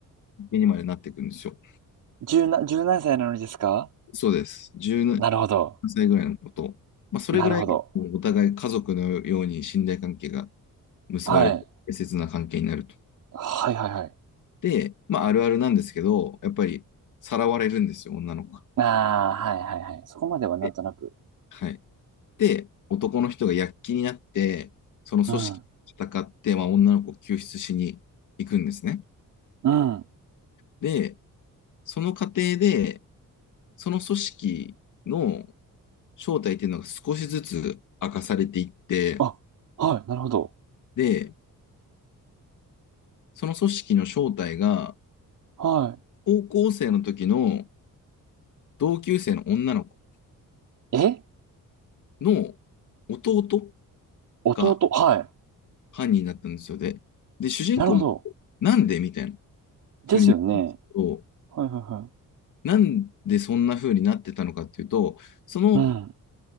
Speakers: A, on the left; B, on the right.
A: うにまでなっていくんですよ。
B: 十な、十何歳なのにですか
A: そうです。17
B: なるほど。
A: 歳ぐらいのこと。まあ、それぐらい
B: なるほど。
A: お互い家族のように信頼関係が結ばれて、
B: はい。
A: 適切な関係になると。
B: はいはいはい。
A: で、まあ、あるあるなんですけど、やっぱりさらわれるんですよ、女の子が。
B: ああ、はいはいはい。そこまではなんとなく。
A: ではい。で、男の人が躍起になって、その組織と戦って、
B: うん。
A: まあ、女の子を救出しに行くんですね。
B: うん。
A: で、その過程で、その組織の正体っていうのが少しずつ明かされていって、
B: あ、はい、なるほど。
A: で、その組織の正体が、
B: は
A: 高校生の時の同級生の女の子
B: い。え
A: の弟
B: 弟、
A: が
B: はい。
A: 犯人だったんですよ。で、で主人公も、
B: なるほど。
A: なんでみたいな
B: ですよね。
A: 風になると、
B: はいはいは
A: なんでそんな風になってたのかっていうと、その
B: い。うん。